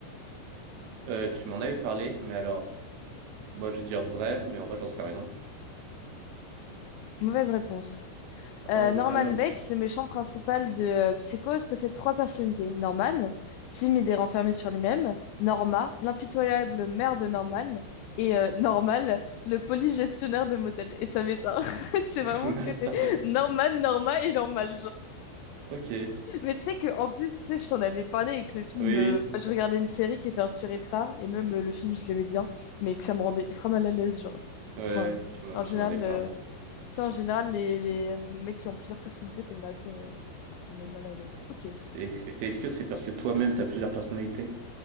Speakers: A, on the right (about 80°); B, on the left (about 85°).
A: Euh, tu m'en avais parlé, mais alors, moi, je vais dire vrai, mais en vrai, j'en sais rien.
B: Mauvaise réponse. Euh,
A: Oh
B: Norman
A: no.
B: Bates, le méchant principal de euh, Psychose, possède trois personnalités. Norman, timide et renfermé sur lui-même. Norma, l'impitoyable mère de Norman. Et euh, Normal, le police gestionnaire de motel. Et ça m'éteint. <laughs> C'est
A: <laughs>
B: vraiment
A: Masterclass.
B: que des Norman, Norma et Normal,
A: Ok.
B: Mais tu sais que en plus, tu sais, je t'en avais parlé avec le film.
A: Oui,
B: euh, je regardais une série qui était inspirée de ça, et même euh, le film, je l'aimais bien, mais que ça me rendait ultra mal à l'aise, genre.
A: ouais, ouais,
B: Enfin,
A: tu m'en,
B: en
A: tu
B: général,
A: m'en as parlé.
B: euh, tu sais, en général, les, les, euh, mecs qui ont plusieurs personnalités, ça me met assez, euh, enfin, ça me met mal à l'aise. Ok,
A: C'est, c'est, est-ce que c'est parce que toi-même, t'as plusieurs personnalités?